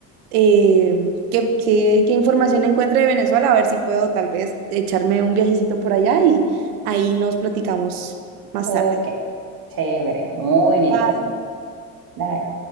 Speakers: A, on the right; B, on the right.
A: eh, qué, qué, qué información encuentre de Venezuela, a ver si puedo tal vez echarme un viajecito por allá y ahí nos platicamos más
B: Ok.
A: tarde.
B: Chévere, muy bien.
A: Bye.
B: Dale.